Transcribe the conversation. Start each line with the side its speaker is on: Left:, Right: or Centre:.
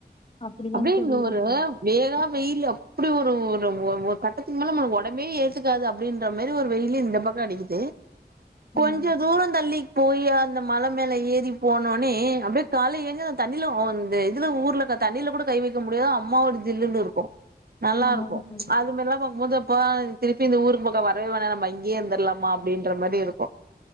Left: அப்படிதாங்க
Right: அப்டியே
Left: தோழி
Right: இங்க
Left: இருந்தது
Right: ஒரு வேகா வெயிலு அப்டி ஒரு ஒரு ஒ ஒரு கட்டத்துக்கு மேல நம்மளுக்கு ஒடம்பே ஏத்துக்காது அப்டின்ற மாரி ஒரு வெயிலி இந்த பக்கோ அடிக்குது கொஞ்ச
Left: ஆமாங்க
Right: தூரோ தள்ளி போயி அந்த மல மேல ஏறி போன ஒன்னே அப்டியே கால்ல ஏங்க தண்ணில ஆ அந்த இதுல ஊர்ல க தண்ணில கூட கை வெக்க முடியாது அம்மா ஒரு ஜில்லுனு இருக்கு நல்லா
Left: ஆமாங்க
Right: இருக்கு
Left: தோழி
Right: அது மேரில்லா பாக்கும்போது போலாங் திருப்பி இந்த ஊருக்கு பக்கோ வரவே வேனா நம்ம இங்கியே இருந்தர்லாமா அப்டின்ற மாரி இருக்கு